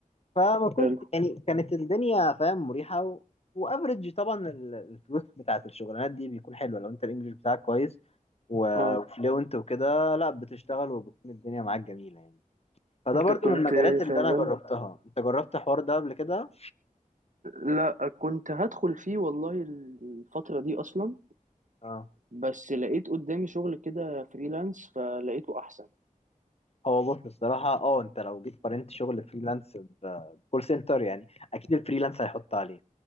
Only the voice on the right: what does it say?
حلو
اه
انت
كنت
شغال
لا كنت هدخل فيه والله الفترة دي اصلا
بس لقيت قدامي شغل كده فريلانس فلقيته احسن